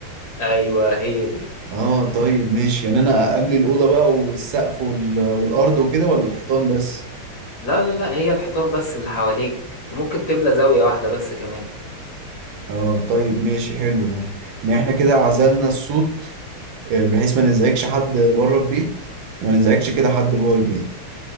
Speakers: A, on the left; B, on the right.
A: أيوه هي دي
B: اه طيب ماشي يعني انا املي الاوضه بقى والسقف وال- والارض وكده ولا الحيطان بس
A: لا لا لا هي الحيطان بس اللي حواليك وممكن تملى زاوية واحدة بس كمان
B: اه طيب ماشي حلو ده يعني احنا كده عزلنا الصوت آه، بحيث ما نزعجش حد بره البيت وما نزعجش كده حد جوه البيت